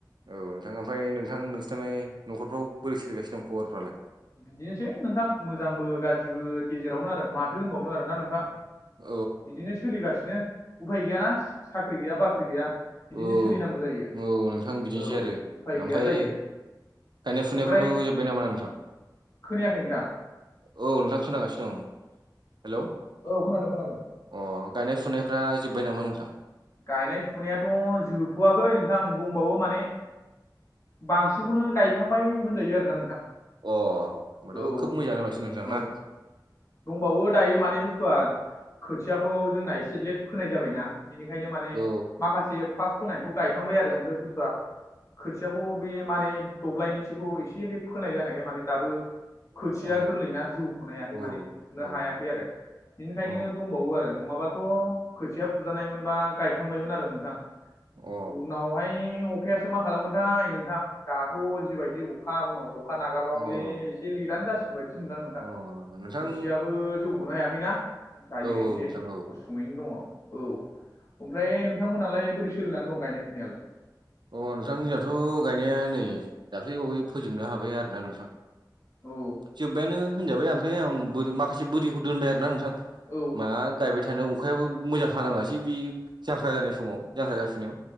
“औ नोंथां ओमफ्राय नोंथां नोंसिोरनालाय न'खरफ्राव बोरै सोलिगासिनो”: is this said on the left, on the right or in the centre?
Right